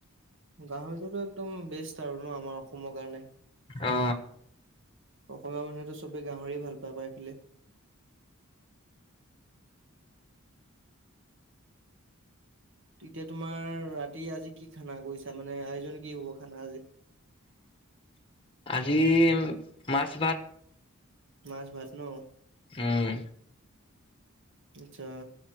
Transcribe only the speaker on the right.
<inaudible> গাহৰিটো একদম বেষ্ট। আৰু আমাৰ অসমৰ কাৰণে।
অসমীয়া মানুহেতো চবে গাহৰি ভাল পাই আমাৰ এইফালে। এতিয়া তোমাৰ ৰাতি আজি কি খানা কৰিছা মানে আয়োজন কি হ'ব খানা আজি?
মাছ ভাত ন'?
আচ্ছা।